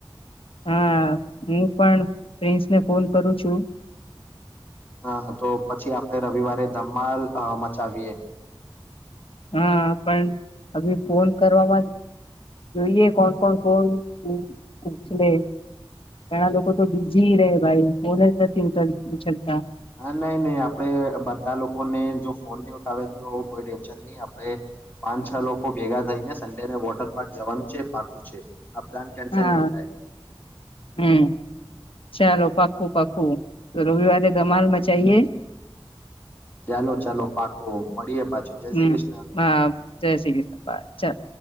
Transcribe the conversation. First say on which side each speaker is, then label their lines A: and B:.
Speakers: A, on the left; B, on the left.
A: હા હું પણ પ્રિન્સ ને ફોન કરું છું.
B: હ તો પછી આપણે રવિવારે ધમાલ અ મચાવીએ.
A: હા પણ અભી ફોન કરવામાં જોઈએ કોણ કોણ ફોન ઉ ઉછલે ઘણા લોકો તો બીઝી રેહ ભાઈ ફોન જ નથી ઉ ઉછલતા.
B: હા નહી નહી આપડે બધા લોકોને જો ફોન નહી ઉઠાવે તો કોઈ ટેન્શન નહી આપડે, પાંચ છ લોકો ભેગા થઈને સન્ડેને વોટર પાર્ક જવાનું છે એ પાકું છે. પ્લાન કેન્સલ
A: હા,
B: નહી થાય
A: હમ ચાલો પા પાક્કુ પાક્કુ તો રવિવાર ધમાલ મચાઈએ.
B: ચાલો ચાલો પાક્કુ મળીએે પાછુ જય
A: હમ
B: શ્રી કૃષ્ણ.
A: હા જય શ્રી કૃષ્ણ બાય ચાલો.